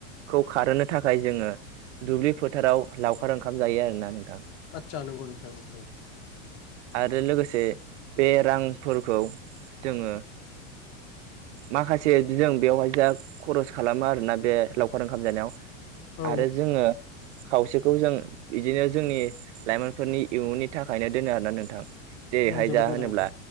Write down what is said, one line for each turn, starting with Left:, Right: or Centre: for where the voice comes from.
Right: खौ खारहोनो थाखाय जोङो दुब्लि फोथाराव लावखार ओंखाम जायो आरोना नोंथां।
Left: आतसा नोंगौ नोंथां नोंगौ।
Right: आरो लोगोसे बे रांफोरखौ जोङो माखासे जों बेवहाय जा खरस खालामो आरोना बे लावखार ओंखाम जानायाव
Left: औ
Right: आरो जोङो खावसेखौ जों बिदिनो जोंनि लाइमोनफोरनि इयुननि थाखायनो दोनो आरोना नोंथां जेरैहाय
Left: औ औ जोबोद
Right: जा
Left: मोजां
Right: होनोब्ला
Left: नोंथां